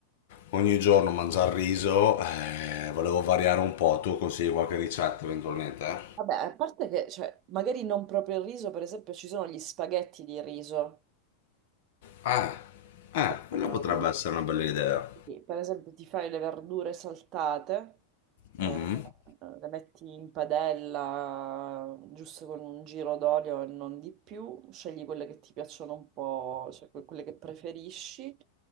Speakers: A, on the left; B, on the right.
A: ogni giorno mangiare riso, eh, volevo variare un po', tu consigli qualche ricetta eventualmente, eh?
B: Vabbè, a parte che, cioè, magari non proprio il riso, per esempio, ci sono gli spaghetti di riso.
A: Ah, eh,
B: Eh,
A: quella potrebbe essere una bella idea.
B: sì, per esempio, ti fai le verdure saltate, eh,
A: Mhm,
B: le metti in padella giusto con un giro d'olio e non di più, scegli quelle che ti piacciono un po', cioè que- quelle che preferisci,